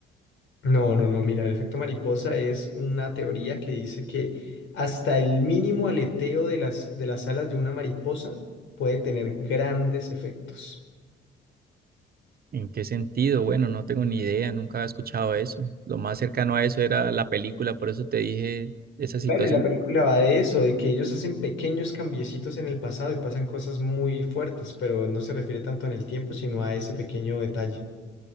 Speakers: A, on the left (about 75°); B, on the right (about 50°).
A: No, no, no, mira, el efecto mariposa es una teoría que dice que hasta el mínimo aleteo de las, de las alas de una mariposa puede tener grandes efectos.
B: ¿En qué sentido? Bueno, no tengo ni idea, nunca había escuchado eso. Lo más cercano a eso era la película, por eso te dije esa situación.
A: Claro, y la película va de eso, de que ellos hacen pequeños cambiecitos en el pasado y pasan cosas muy fuertes, pero no se refiere tanto en el tiempo, sino a ese pequeño detalle.